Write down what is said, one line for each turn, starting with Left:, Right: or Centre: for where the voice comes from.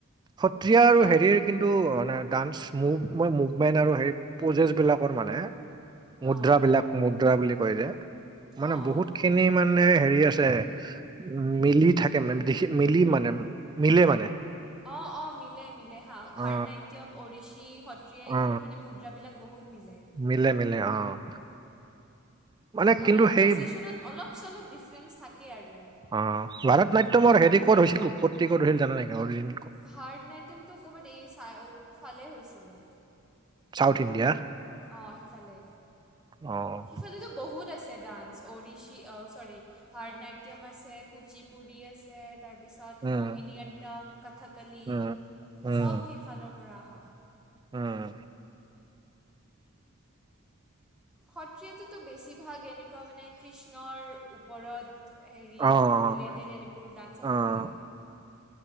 Right: সত্ৰীয়া আৰু
Centre: এই
Right: হেৰিৰ কিন্তুু ডান্স মুভ মুভমেন্ট আৰু হেৰি পহ্ৰজেছ বিলাকৰ মানে মুদ্ৰা
Centre: অঁ
Right: বিলাক মুদ্ৰা বুলি কয় যে মানে
Centre: অঁ
Right: বহুতখিনি
Centre: অঁ
Right: মানে মানে হেৰি আছে উম মিলি থাকে মানে দেখি মিলি মানে মিলে মানে।
Centre: অ', অ', মিলে মিলে হা ভাৰতনাট্যম
Right: অ
Centre: অৰিশি। সত্ৰীয়া এইবোৰ
Right: অ
Centre: মানে মুদ্ৰাবিলাক বহুত মিলে।
Right: মিলে মিলে অ'। মানে
Centre: অলপ
Right: কিন্তু সেই
Centre: পজিশনত অলপ চলপ ডিফাৰেঞ্চ থাকে আৰু।
Right: অ', ভাৰত নাট্যমৰ হেৰি ক'ত হৈছিল উৎপত্তি ক'ত হৈছিল জানা নেকি অৰজিন?
Centre: ভাৰতনাট্যমটো ক'ৰবাত এৰি চাই ফালেই হৈছিলে।
Right: South India?
Centre: অ', সিফালেই।
Right: অ'।
Centre: আজিকালিতো বহুত আছে ডান্স অৰিশি অ' চৰি। ভাৰতনাট্যম আছে কুচি পুৰি আছে তাৰপিছত
Right: উম
Centre: মোহিনী আট্যম। কথকলি
Right: উম, উম,
Centre: চব সেইফালৰ পৰা অহা।
Right: উম।
Centre: সত্ৰীয়াটোতো বেছিভাগ এনেকুৱা মানে কৃষ্ণৰ ওপৰত। হেৰি
Right: অ', অ',
Centre: ৰিলেটেড এনেবোৰ ডান্সে
Right: অ',
Centre: থাকে।